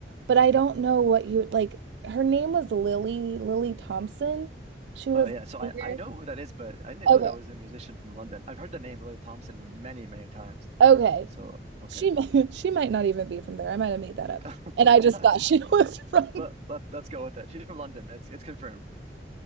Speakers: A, on the right (about 70°); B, on the right (about 40°).
A: but I don't know what you would like her name was Lily Lily Thompson. She was
B: Oh yeah,
A: a
B: so
A: singer.
B: I, I know who that is, but I didn't
A: Okay.
B: know that was a musician from London. I've heard the name Lily Thompson many, many times.
A: Okay.
B: So okay.
A: She mi- <laughs> she might not even be from there. I might have made that up.
B: <laughs>
A: And I just thought she <laughs> was from
B: Let, let's let's go with it. She's from London. It's it's confirmed.